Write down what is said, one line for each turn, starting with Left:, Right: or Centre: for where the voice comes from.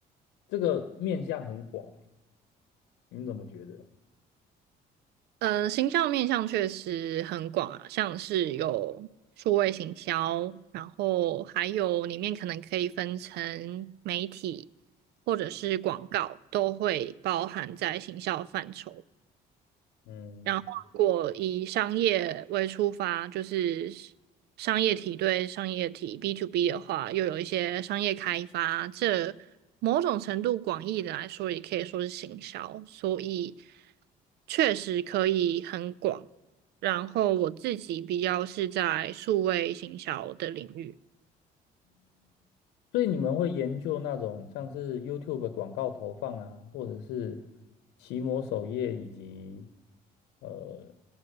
Left: 这个面向很广欸，你怎么觉得？
Right: 嗯，行销面向确实很广啊，像是有数位行销，然后还有里面可能可以分成媒体或者是广告，都会包含在行销范畴。
Left: 嗯，
Right: 然后，如果以商业为出发，就是商业体对商业体 B to B 的话，又有一些商业开发，这某种程度广义的来说，也可以说是行销，所以确实可以很广。然后我自己比较是在数位行销的领域。
Left: 所以你们会研究那种像是 YouTube 的广告投放啊，或者是奇摩首页以及呃